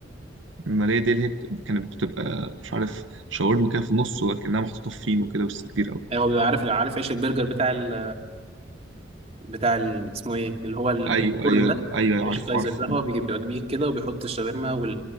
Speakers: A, on the right; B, on the right.
A: الماريه دي اللي هي بت- كانت بتبقى مش عارف شاورما كده في النص ولكنها محطوطه في فينو كده بس كبير قوي
B: أيوه هو بيبقى عارف عارف عيش البرجر بتاع ال... بتاع ال... اسمه إيه اللي هو الفرن
A: ايوه ايوه
B: ده
A: ايوه
B: عيش
A: عارف
B: الكايزر
A: عارف
B: ده هو بيجي- بيبقى كبير كده وبيحط الشاورما